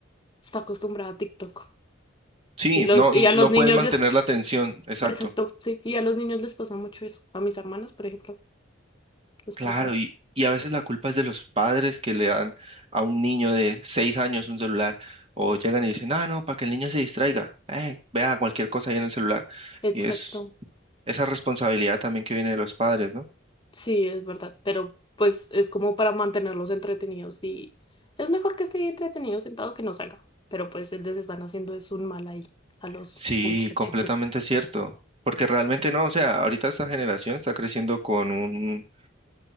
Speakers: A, on the left; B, on the right.
A: está acostumbrada a TikTok.
B: Sí,
A: Y los,
B: no,
A: y
B: no
A: a los
B: puedes
A: niños
B: mantener
A: les
B: la atención, exacto.
A: Exacto, sí. Y a los niños les pasa mucho eso. A mis hermanas, por ejemplo, les
B: Claro,
A: pasa eso.
B: y, y a veces la culpa es de los padres que le dan a un niño de seis años un celular o llegan y dicen, ah, no, para que el niño se distraiga, eh, vea cualquier cosa ahí en el celular.
A: Exacto.
B: Y es esa responsabilidad también que viene de los padres, ¿no?
A: Sí, es verdad. Pero pues es como para mantenerlos entretenidos y es mejor que esté entretenido sentado que no salga. Pero pues les están haciendo es un mal ahí a los
B: Sí,
A: muchachitos.
B: completamente cierto, porque realmente no, o sea, ahorita esta generación está creciendo con un,